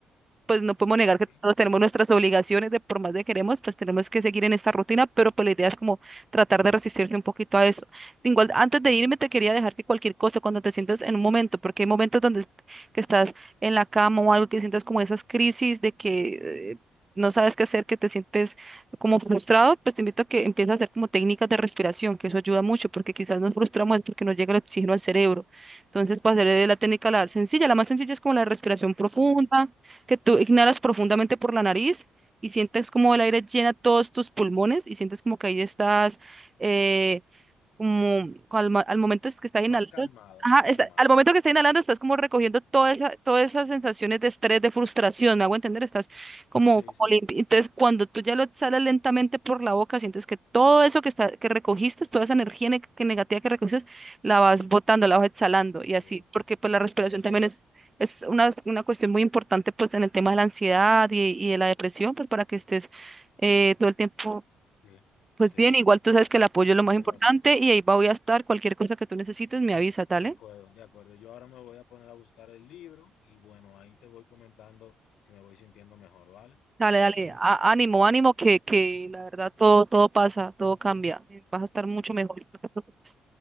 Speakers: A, on the right; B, on the left.
A: pues no podemos negar que
B: Sí,
A: todos
B: sí,
A: tenemos nuestras obligaciones de por más de queremos, pues tenemos que seguir en esta rutina, pero pues la idea es como tratar de resistirse un poquito a eso. Igual, antes
B: sí.
A: de irme te quería dejar que cualquier cosa, cuando te sientas en un momento, porque hay momentos donde que estás en la cama o algo que sientas como esas crisis de que eh, no sabes qué hacer, que te sientes como frustrado, pues te invito a que empieces a hacer como técnicas de respiración, que eso ayuda mucho, porque quizás nos frustramos porque no llega el oxígeno al cerebro. Entonces, para hacer la técnica la sencilla, la más sencilla es como la respiración profunda
B: Ok.
A: que tú ignoras profundamente por la nariz y sientes como el aire llena todos tus pulmones y sientes como que ahí estás, eh, como al, mo- al momento es que estás
B: Más
A: inhalando,
B: calmado,
A: ajá,
B: más calmado.
A: está- al momento que estás inhalando estás como recogiendo todas esa- todas esas sensaciones de estrés, de frustración, me hago entender, estás como,
B: Sí,
A: como
B: sí,
A: limpi- Entonces, cuando tú ya lo exhalas lentamente por la boca, sientes que todo eso que, está, que recogiste, toda esa energía ne- que negativa que recogiste, la vas botando, la vas exhalando
B: sí.
A: y así, porque pues la respiración
B: Entonces,
A: también es... Es una, una cuestión muy importante pues en el tema de la ansiedad y, y de la depresión, pues para que estés eh, todo el tiempo
B: sí,
A: pues
B: sí,
A: bien. Igual tú sabes que el apoyo es lo
B: tienes
A: más importante
B: razón.
A: y ahí voy a estar. Cualquier cosa que tú necesites, me avisa, dale.
B: De acuerdo, de acuerdo. Yo ahora me voy a poner a buscar el libro y bueno, ahí te voy comentando si me voy sintiendo mejor, ¿vale?
A: Dale,
B: Cuídate
A: dale,
B: mucho.
A: á- ánimo, ánimo, que, que la verdad todo, todo pasa, todo cambia. Vas a estar mucho
B: Bye.
A: mejor. no te preocupes.